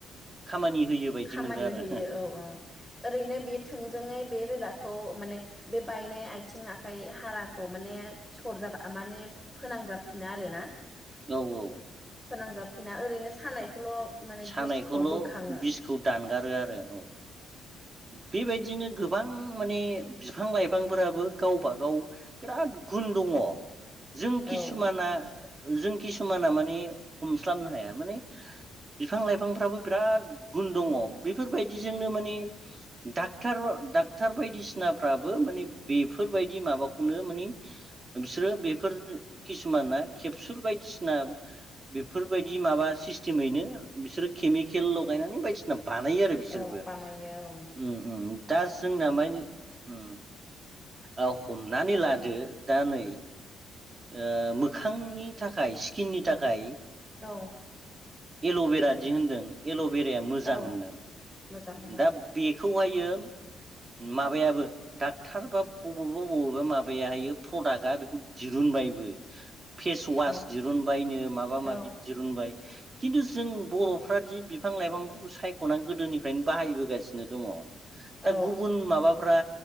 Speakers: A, on the right (about 30°); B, in the centre.
A: खामानि होयो बायदि
B: खामानि
A: मोनदों आरो
B: होयो औ औ ओरैनो बे थोंजोङै बे रोदाखौ माने बे बायनाय आइथिं आखाइ हाराखौ माने सरजाब आ माने फोनांजाबफिना आरोना।
A: औ औ।
B: फोनांजाबफिना ओरैनो सानाय खौल' माने
A: सानायखौल'
B: बिसखौ बोखाङो।
A: बिसखौ दानगारो आरो औ। बेबायदिनो गोबां गोबां माने बिफां लाइफांफोराबो गावबागाव बिराद गुन दङ'। जों खिसुमाना
B: औ
A: जों खिसुमाना माने हमस्लाबनो हाया माने बिफां लाइफांफ्राबो बिराद गुन दङ' बेफोरबायदिजोंनो माने डाक्टर डाक्टार बायदिसिनाफ्राबो माने बेफोरबायदि माबाखौनो माने बिसोरो बेफोर खिसुमाना केबसुल बायदिसिना बेफोरबायदि माबा सिस्टेमैनो बिसोरो केमिकेल लगायनानै बायदिसिना बानायो आरो बिसोरबो
B: औ बानायो औ
A: उम उम दा जोंना मानि उम औ हम नानै लादो दा नै ओ मोखांनि थाखाय स्किननि थाखाय
B: औ
A: एल'भेरा दि होनदों एल' बेराया मोजां
B: औ
A: होनदों।
B: मोजां औ
A: दा बेखौहा यो माबायाबो डाक्टार बा बबेबा बबेबा माबायाहायो प्रडाक्टआ बेखौ दिरुनबायबो। फेस ववास
B: औ
A: दिरुनबायनो माबा माबि
B: औ
A: दिरुनबाय खिन्थु जों बर'फ्रादि बिफां लाइफांखौ सायख'नानै गोदोनिफ्रायनो बाहायबोगासिनो दङ।
B: औ
A: दा गुबुन माबा ब्रा